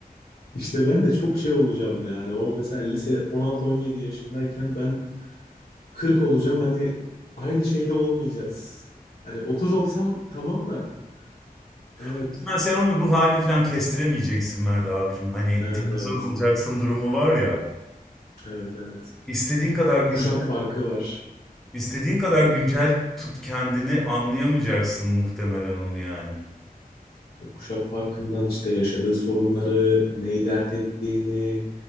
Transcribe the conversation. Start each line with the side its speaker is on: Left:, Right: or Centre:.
Left: işte ben de çok şey olacağım yani. O mesela lise 16-17 yaşındayken ben 40 olacağım. Hani aynı şeyde olmayacağız. Hani 30 olsam tamam da. Evet.
Centre: Muhtemelen sen onun ruh halini falan kestiremeyeceksin Mert abicim. Hani
Left: Evet
Centre: dinozor
Left: evet.
Centre: olacaksın durumu var ya.
Left: Evet evet.
Centre: İstediğin kadar güncel,
Left: Kuşak farkı var.
Centre: istediğin kadar güncel tut kendini anlayamayacaksın muhtemelen onu yani.
Left: Kuşak farkından işte yaşadığı sorunları, neyi dert ettiğini,